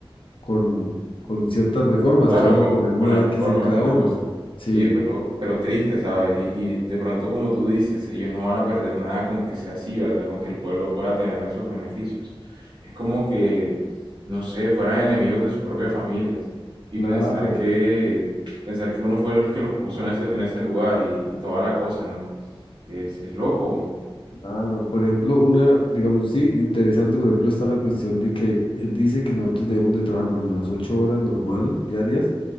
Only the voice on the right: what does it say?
Claro,
con,
con-
con la
reforma,
con la
cosa.
Oye, pero, pero triste, ¿sabes? Y, y de pronto, como tú dices, ellos no van a perder nada con que sea así, ¿verdad? Con que el pueblo pueda tener esos beneficios. Es como que, no sé, fueran enemigos de sus propias familias. Y
pensar que, pensar que uno fue el que los puso en ese, en ese lugar y, y toda la cosa, ¿no? Es, es loco.